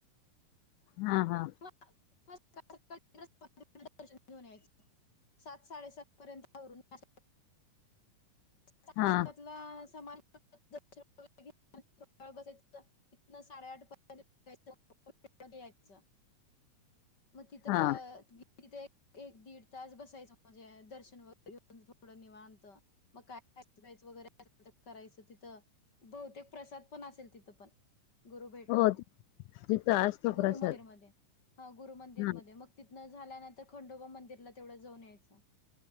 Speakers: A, on the left (about 80°); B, on the left (about 30°).
A: हा हा.
B: <unintelligible> घेऊन यायचं. सात साडेसात पर्यंतून आवरून <unintelligible> साडेसातला
A: हा
B: समान <unintelligible> बसायचं इथन साडेआठ <unintelligible> <unintelligible> यायचं. मग तिथअ
A: हा
B: <unintelligible> तिथे एक एक दीड तास बसायचं म्हणजे दर्शन वगैरे घेऊन थोडं निवांत. मग काय खायचं प्यायच वगैरे करायचं तिथं. बहुतेक प्रसाद पण असेल तिथं पण. गुरुभेट
A: हो
B: मध्ये
A: तिथं असतो
B: गुरु
A: प्रसाद
B: मंदिरमध्ये. हा गुरु मंदिरमध्ये
A: हा
B: मग तिथनं झाल्यानंतर खंडोबा मंदिरला तेवढं जाऊन यायचं‌.